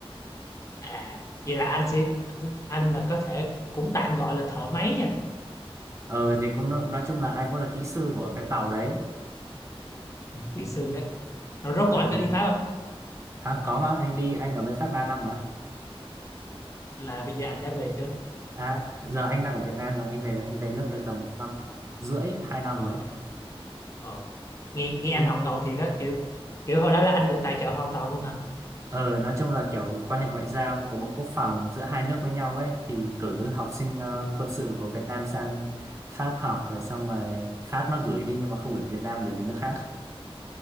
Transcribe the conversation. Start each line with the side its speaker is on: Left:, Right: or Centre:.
Left: à vậy là anh sẽ anh, anh là có thể cũng tạm gọi là thợ máy nhỉ?
Right: Ờ thì cũng nói, nói chung là anh cũng là kỹ sư của cái tàu đấy.
Left: Ừ, kỹ sư đấy rồi rốt cuộc
Right: Ờ
Left: anh có đi Pháp không
Right: hả có mà anh đi anh ở bên Pháp 3 năm mà.
Left: là bây giờ anh đã về chưa
Right: À giờ anh đang ở Việt Nam rồi, anh về anh về nước được tầm năm rưỡi, 2 năm
Left: ờ,
Right: rồi ấy.
Left: ờ. nghe nghe anh
Right: Đi
Left: học ngầu thiệt á kiểu kiểu hồi đó là anh được tài trợ hoàn toàn luôn hả
Right: ờ nói chung là kiểu quan hệ ngoại giao của Bộ Quốc phòng giữa hai nước với nhau ấy thì cử học sinh ờ, quân sự của Việt Nam sang Pháp học rồi xong rồi Pháp nó gửi đi nhưng mà không gửi Việt Nam gửi về nước khác.